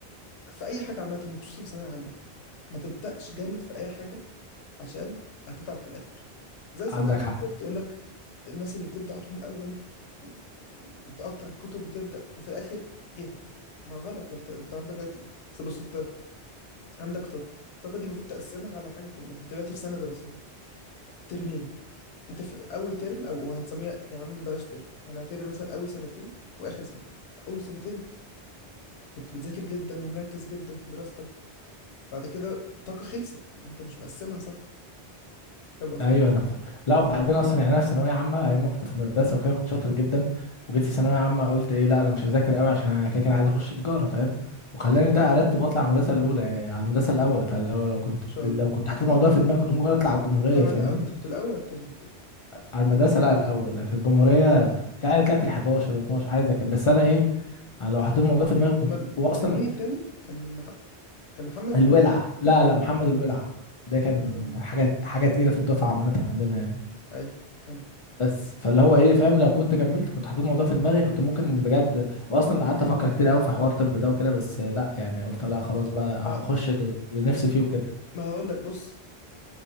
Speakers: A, on the left; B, on the left.
A: في اي حاجه عامه وخصوصا في ثانويه عامه ما تبدأش جامد في أي حاجة عشان هتتعب في الآخر زي ثانوية
B: عندك
A: عامة
B: حق
A: بالظبط يقول لك الناس اللي بتبدأ على طول من الأول و... وتقطع الكتب وتبدأ وفي الآخر يتعب ما غلط ما انت انت عندك دلوقتي اصل بص انت عندك طاقة الطاقة دي المفروض تقسمها على الحاجة كلها انت دلوقتي في سنة دراسية ترمين انت في أول ترم أو هنسميها يا عم بلاش ترم هنعتبر مثلا أول سنتين وآخر سنتين أول سنتين كنت بتذاكر جدا ومركز جدا في دراستك بعد كده الطاقة خلصت ما انت مش مقسمها صح فاهم قصدي
B: ايوه انا فاهم لا وبعدين اصلا يعني انا في ثانويه عامه ايام ما كنت في المدرسه وكده كنت شاطر جدا وجيت في ثانويه عامه قلت ايه لا انا مش هذاكر قوي عشان انا كده كده عايز اخش تجاره فاهم وخلاني ده ارتب واطلع المدرسه الاولى يعني على المدرسه الاول فلو لو كنت
A: شاء
B: لو
A: الله
B: كنت حاطط الموضوع في دماغي كنت ممكن اطلع على الجمهوريه
A: طلع
B: فاهمني
A: الأول أنت كنت الأول ولا التاني قلت لي
B: على المدرسة لا الأول في الجمهورية يعني طلعت ال 11 12 حاجة زي كده بس أنا إيه أنا لو حطيت الموضوع في دماغي كنت
A: أمال
B: هو أصلا
A: كان مين التاني؟ كان مح... كان محمد
B: الولع
A: التاني؟
B: لا لا محمد الولع ده كان
A: آه
B: حاجة حاجة تقيلة في الدفعة عامة عندنا يعني
A: أيوه كمل
B: بس فاللي هو إيه فاهم لو كنت كملت كنت حطيت الموضوع في دماغي كنت ممكن بجد وأصلا قعدت أفكر كتير أوي في حوار طب ده وكده بس لا يعني قلت لا خلاص بقى
A: ما,
B: هخش اللي اللي نفسي فيه وكده
A: ما هقول لك بص